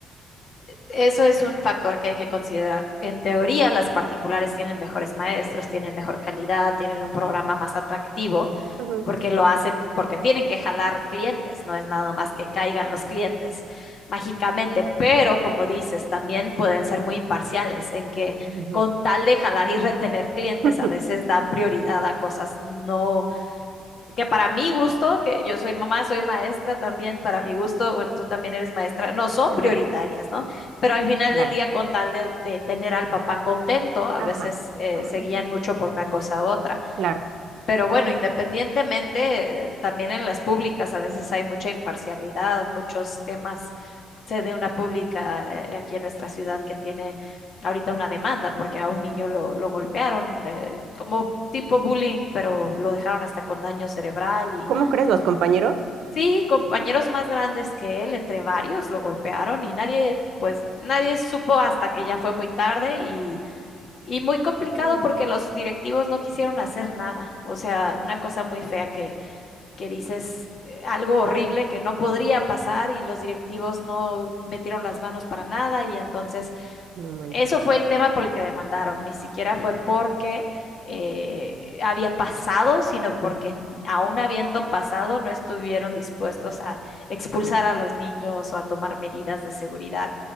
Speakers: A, on the left (about 55°); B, on the right (about 80°).
A: Eso es un factor que hay que considerar. En teoría, las particulares tienen mejores maestros, tienen mejor calidad, tienen un programa más atractivo.
B: Ujú.
A: porque lo hacen, porque tienen que jalar clientes, no es nada más que caigan los clientes mágicamente, pero como dices, también pueden ser muy imparciales en que
B: Ujú.
A: con tal de jalar y retener clientes,
B: <laughs>
A: a veces dan prioridad a cosas no, que para mi gusto, que yo soy mamá, soy maestra también, para
B: ujú.
A: mi gusto, bueno, tú también eres maestra, no son
B: Ajá,
A: prioritarias, ¿no? Pero al final
B: claro.
A: del día, con tal de, de tener al papá contento, a
B: Ajá,
A: veces eh,
B: ajá,
A: se guían mucho por una cosa u otra.
B: claro.
A: Pero bueno, independientemente, eh, también en las públicas a veces hay mucha imparcialidad, muchos temas. Sé de una pública eh, aquí en nuestra ciudad que tiene ahorita una demanda porque a un niño lo, lo golpearon eh, como tipo bullying, pero lo dejaron hasta con daño cerebral y
B: ¿Cómo crees los compañeros?
A: sí, compañeros más grandes que él, entre varios, lo golpearon y nadie, pues nadie supo hasta que ya fue muy tarde y y muy complicado
B: Mm,
A: porque los directivos no quisieron hacer nada. O sea, una cosa muy fea que, que dices eh, algo horrible que no podría pasar y los directivos no metieron las manos para nada. Y entonces,
B: No manches,
A: eso fue el tema por el que demandaron. Ni siquiera fue porque eh, había pasado, sino porque aún habiendo pasado no estuvieron dispuestos a expulsar a los niños o a tomar medidas de seguridad